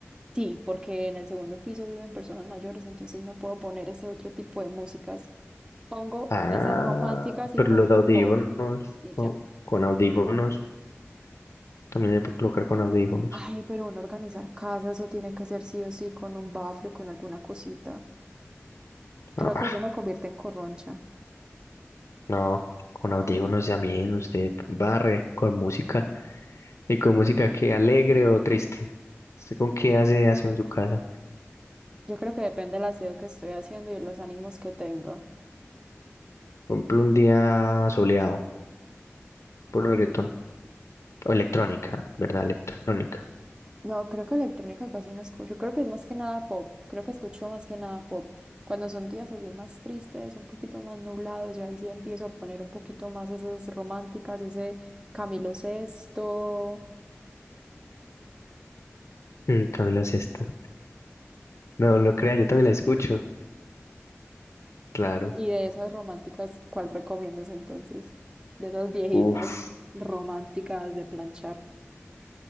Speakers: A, on the right (about 15°); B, on the left (about 80°).
A: Sí, porque en el segundo piso viven personas mayores, entonces no puedo poner ese otro tipo de músicas. Pongo
B: Ah,
A: esas románticas y
B: pero
A: pongo
B: los audífonos,
A: pop y
B: con,
A: ya.
B: con audífonos, también se puede colocar con audífonos.
A: Ay, pero uno organizar casa, eso tiene que ser sí o sí con un bafle o con alguna cosita. Creo
B: Ah, ah,
A: que eso me convierte en corroncha.
B: no, con audífonos también, usted barre con música, y con música que alegre o triste. ¿Usted con qué hace aseo en su casa?
A: Yo creo que depende del aseo que estoy haciendo y los ánimos que tengo.
B: Por ejemplo, un día soleado, por reggaetón, o electrónica, ¿verdad? Electrónica.
A: No, creo que electrónica casi no escucho. Creo que es más que nada pop. Creo que escucho más que nada pop. Cuando son días así más tristes, un poquito más nublados, yo ahí sí empiezo a poner un poquito más esas románticas, ese Camilo Sesto
B: Mm, Camilo Sesto. No lo crea, yo también la escucho, claro.
A: y de esas románticas, ¿cuál recomiendas entonces? De esas viejitas
B: Uf,
A: románticas de planchar.